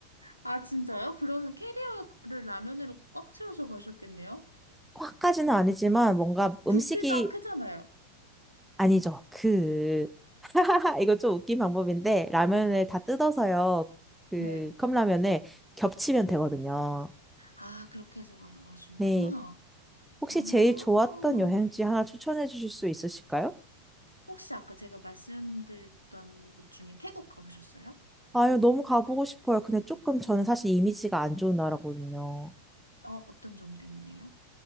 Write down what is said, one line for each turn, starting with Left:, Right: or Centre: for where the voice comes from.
Left: 아, 진짜요? 그러면 캐리어를 라면으로 꽉 채워서 가셨겠네요?
Centre: 꽉까지는 아니지만 뭔가 음식이
Left: 부피가 크잖아요.
Centre: 아니죠. 그 <laughs> 이거 좀 웃긴 방법인데 라면을 다 뜯어서요. 그
Left: 네.
Centre: 컵라면을 겹치면 되거든요.
Left: 아, 그렇게 해서 가져가시는구나.
Centre: 네. 혹시
Left: 아,
Centre: 제일 좋았던 여행지 하나 추천해 주실 수 있으실까요?
Left: 혹시 아까 제가 말씀드렸던 곳 중에 태국 가보셨어요?
Centre: 아유, 너무 가보고 싶어요. 근데 조금 저는 사실 이미지가 안 좋은 나라거든요.
Left: 어, 어떤 점 때문에요?